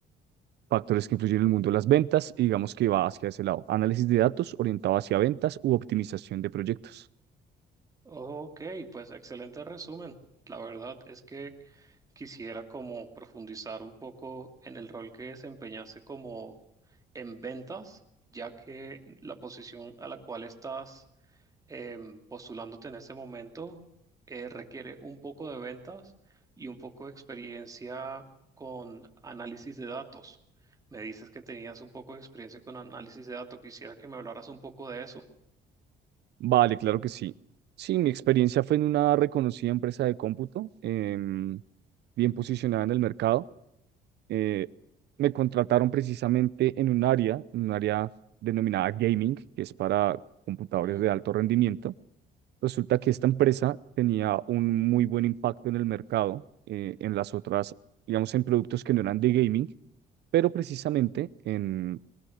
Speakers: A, on the right; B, on the right.
A: factores que influyen en el mundo de las ventas y digamos que va hacia ese lado. Análisis de datos orientado hacia ventas u optimización de proyectos.
B: Ok, pues excelente resumen. La verdad es que quisiera como profundizar un poco en el rol que desempeñaste como en ventas, ya que la posición a la cual estás em, postulándote en ese momento eh, requiere un poco de ventas y un poco de experiencia con análisis de datos. Me dices que tenías un poco de experiencia con análisis de datos. Quisiera que me hablaras un poco de eso.
A: Vale, claro que sí. Sí, mi experiencia fue en una reconocida empresa de cómputo, em, bien posicionada en el mercado. eh, me contrataron precisamente en un área, en un área denominada gaming, que es para computadores
B: Mm,
A: de alto rendimiento. Resulta que esta empresa tenía un muy buen impacto en el mercado, eh, en las otras, digamos, en productos que no eran de gaming, pero precisamente en,